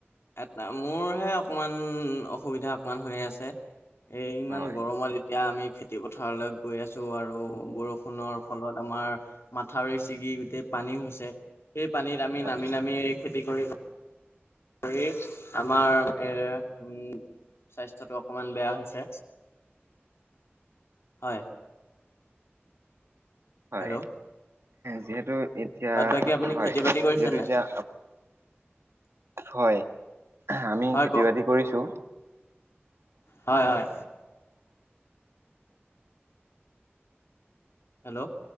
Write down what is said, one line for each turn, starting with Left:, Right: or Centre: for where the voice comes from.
Left: এটা, মোৰহে অকমান অসুবিধা অকমান হৈ আছে। এই ইমান
Right: হয়
Left: গৰমত এতিয়া আমি খেতি পথাৰলৈ গৈ আছোঁ আৰু বৰষুণৰ ফলত আমাৰ মাথাউৰি ছিগি গোটেই পানী হৈছে, সেই পানীত আমি
Right: হয়
Left: না নামি নামি এই খেতি কৰি কৰি আমাৰ এ, উম স্বাস্থ্যটো অকমান বেয়া হৈছে। হয়।
Right: হয়,
Left: হেল্ল'
Right: যিহেতু এতিয়া
Left: বাদ বাকী আপুনি
Right: হয়,
Left: খেতি বাতি কৰিছে
Right: যিহেতু
Left: নাই?
Right: এতিয়া হয়, আমি
Left: হয়
Right: খেতি
Left: কওক
Right: বাতি কৰিছোঁ
Left: হয় হয়। হেল্ল'